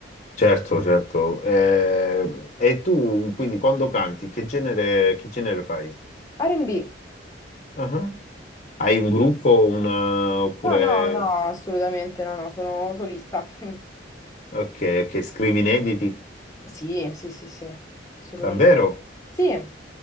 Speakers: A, on the left; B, on the left.
A: Certo, certo. Eh, e tu, quindi, quando canti, che genere, che genere fai?
B: R&B?
A: Ah. Hai un gruppo, un, eh, oppure...
B: No, no, no, assolutamente no, no, sono solista. <laughs>
A: Ok, ok, scrivi inediti?
B: Sì, sì, sì, sì, assolutamente.
A: Davvero?
B: Sì, è